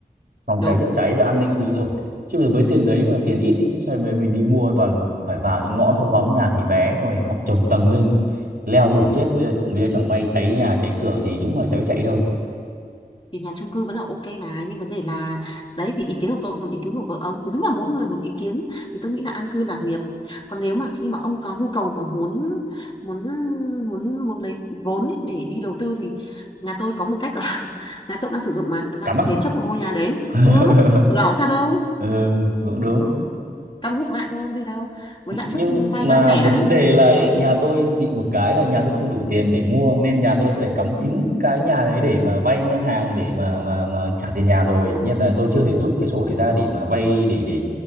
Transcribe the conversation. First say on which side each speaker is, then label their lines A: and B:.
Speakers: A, on the right; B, on the left.
A: phòng
B: đúng
A: cháy chữa cháy rồi an ninh các thứ ổn chứ bây giờ với tiền đấy mà tiền ít ý, xong rồi mình đi mua toàn phải vào những ngõ sâu hoắm nhà thì bé xong rồi họ trồng tầng lên ý. leo đủ chết bây giờ trộm vía chẳng may cháy nhà cháy cửa gì đúng mà cháy chạy đâu
B: thì nhà chung cư vẫn là ok mà nhưng vấn đề là đấy thì ý kiến của tôi xong ý kiến của vợ ông thì đúng là mỗi người một ý kiến thì tôi nghĩ là an cư lạc nghiệp còn nếu mà khi mà ông có nhu cầu mà muốn muốn muốn muốn lấy vốn ấy để đi đầu tư thì nhà tôi có một cách là <laughs> nhà tôi cũng đang sử dụng mà đó là
A: cắm à
B: thế chấp một ngôi nhà đấy
A: <laughs>
B: ừ không thủ đỏ sao đâu
A: ừ, cũng đúng
B: cắm ngược lại thôi gì đâu với
A: nhưng
B: lãi suất vay
A: mà
B: đang rẻ
A: vấn
B: đấy
A: đề là ấy, nhà tôi bị một cái là nhà tôi không đủ tiền để mua nên nhà tôi sẽ phải cắm chính cái nhà đấy để mà vay ngân hàng để mà mà mà trả tiền nhà rồi nhưng mà tôi chưa thể rút cái sổ đấy ra để mà vay để để